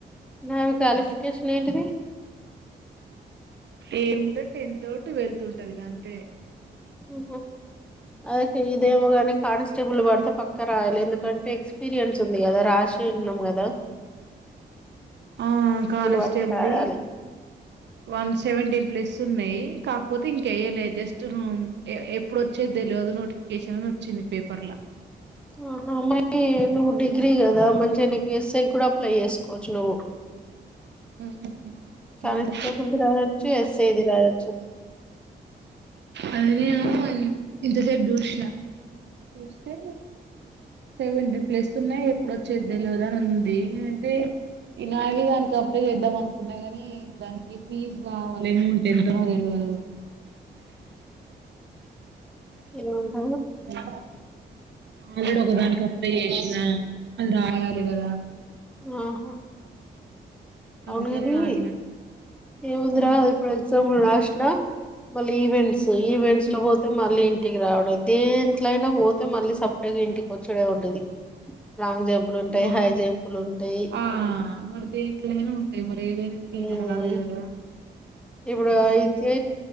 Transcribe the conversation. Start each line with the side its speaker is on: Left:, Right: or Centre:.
Centre: ఆమె క్వాలిఫికేషన్ ఏంటిది
Right: ఏమింటో టెన్ తోటి వెళ్తుంటది గ అంతే
Centre: ఉహ అదక ఇదే మగనే కాన్స్టేబుల్ బడుతా పక్క రాయాలి ఎందుకంటే ఎక్స్పీరియన్స్ ఉంది కదా రాసి ఉన్నాం కదా
Right: ఆ కానిస్టేబుల్
Centre: పడితే రాయాలి
Right: వన్ సెవెంటీన్త్ ప్లేస్ ఉన్నాయి కాకపోతే ఇంకేయ్యలేదు జస్ట్ ఎప్పుడు వచ్చే తెలియదు నోటిఫికేషన్ అని వచ్చింది పేపర్ల
Centre: ఆహా మయి నువ్వు డిగ్రీ కదా మంచిగా నీకు ఎస్సఐ కూడా అప్లై చేసుకోవచ్చు నువ్వు
Right: ఉమ్
Centre: కానిస్టబుల్ది
Right: అవును
Centre: రాచ్చు ఎస్ఐది రాజచ్చు
Right: అదని ఇంతసేపు దూశిన నూస్తతే సెవెంటీన్ ప్లస్ ఉన్నాయి ఎప్పుడు వచ్చే తెలియదు అని ఉంది అయితే ఈ నావి దానికి అప్లై చేద్దాం అనుకున్నా ని దానికి ఫీజ్ కావాలి ఏమౌట్ ఎంతో తెలియదు
Centre: ఏంట
Right: అ ఆల్రెడీ ఒకదానికి అప్లై చేసినా అన్ రాయాలి కదా
Centre: ఆహా అవును
Right: అందుకనే
Centre: కానీ
Right: ఆగిన
Centre: ఏం వుందిరా
Right: ఆ,
Centre: ఇప్పుడు ఎగ్జామ్ ఇప్పుడు రాషిన మళ్ళీ ఈవెంట్స్ ఈవెంట్స్ లో పోతే మళ్ళీ ఇంటికి రావడం దేంట్ల అయినా పోతే మళ్ళీ సప్పడచేయక ఇంటికి వచ్చుడే ఉంటది లాంగ్ జంపులు ఉంటాయి
Right: మా
Centre: హై జంపులు ఉంటాయి
Right: ఆ మరి దేంట్లయినా ఉం ఏదైన ఫ్రీగా
Centre: మ్మ్
Right: రాదు గదా
Centre: ఇప్పుడు అయితే